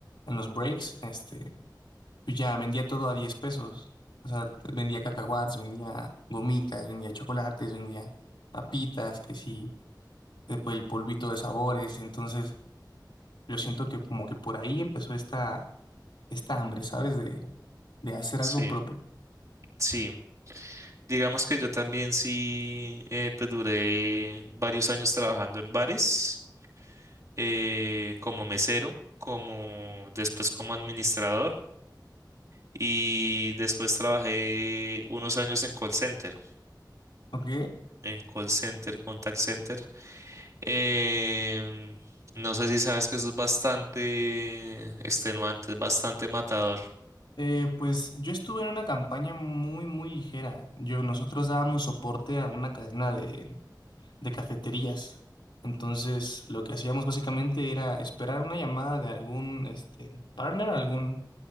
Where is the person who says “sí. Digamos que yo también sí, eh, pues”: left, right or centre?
Right